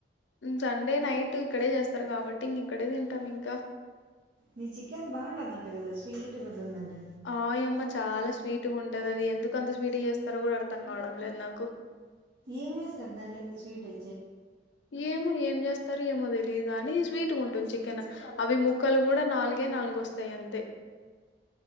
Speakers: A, on the left; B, on the right.
A: సండే నైట్ ఇక్కడే చేస్తారు కాబట్టి ఇంక ఇక్కడే తింటాం ఇంకా
B: మీ చికెన్ బాగుంటుందంట కదా స్వీట్గా ఉంటుందంట
A: ఆయమ్మ చాలా స్వీట్గా ఉంటది అది ఎంత ఎందుకు అంత స్వీట్ చేస్తారో కూడా అర్థం కావడం లేదు నాకు
B: ఏం వెస్తారు దాంట్లకి స్వీట్ వ
A: ఏమో ఏం చేస్తా స్టారొ ఏమో తెలీయదు కాని స్వీట్గా ఉంటుంది చికెన్ అవి ముక్కలు కూడా నాలుగే నాలుగు వస్తాయి అంతే